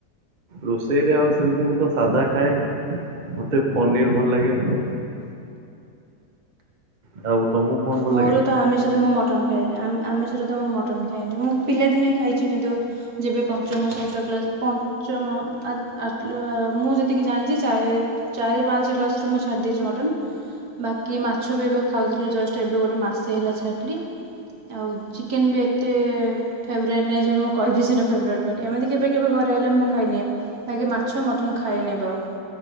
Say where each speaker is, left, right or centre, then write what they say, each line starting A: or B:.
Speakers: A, on the right; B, on the right.
A: ରୋଷେଇ? ସେରେ ଆଉ ସେମତି ମୁଁ ତ ସାଧା ଖାଏ ମତେ ପନିର ଭଲ ଲାଗେ। ଆଜ୍ଞା ହଉ। ତମକୁ କଣ ଭଲ
B: ମୋର
A: ଲାଗେ।
B: ତ ଆମିଷରେ ମୁଁ ମଟନ୍ ଖାଏନି ଆ -ଆମିଷରେ ତ ମୁଁ ମଟନ୍ ଖାଏନି ମୁଁ ପିଲାଦିନେ ଖାଇଛି କିନ୍ତୁ ଯେବେ ପଞ୍ଚମ ଷଷ୍ଠ କ୍ଲାସ ପଞ୍ଚମ ଆ- ଆ-ଆଟଲା ମୁଁ ଯେତିକି ଜାଣିଛି ଚାରି ପାଞ୍ଚ କ୍ଲାସରୁୁ ମୁଁ ଛାଡ଼ି ଦେଇେଇଛି ମଟନ୍ ବାକି ମାଛ ବି ଏବେ ଖାଉଥିଲି ଜଷ୍ଟ ଏବେ ଗୋଟେ ମାସ ହେଲା ଛାଡିଲି ଆଉ ଚିକେନ ବି ଏତେ ଫେବରେଟ୍ ନାହିଁ ଯେ ମୁଁ କହିବି ସିନା ଫେବରେଟ୍ ବୋଲି ଏମିତି କେବେ କେବେ ଘରେ ଆଲେ ମୁଁ ଖାଇନିଏ କାହିଁକି ମାଛ ମଟନ୍ ଖାଏନି ଏଵେ ଆଉ